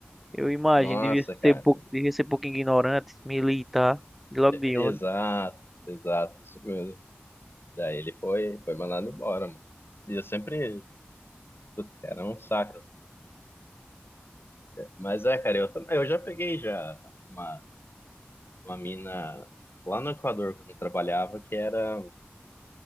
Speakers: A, in the centre; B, on the left.
A: Eu imagino,
B: Nossa,
A: devia
B: cara.
A: ser pouco, devia ser pouco ignorante, militar, de logo
B: Exato,
A: de onde.
B: exato, isso mesmo. Daí ele foi, foi mandado embora, mano. E eu sempre, puta, cara, é um saco. Mas é, cara, eu também, eu já peguei já uma, uma mina lá no Equador quando eu trabalhava, que era,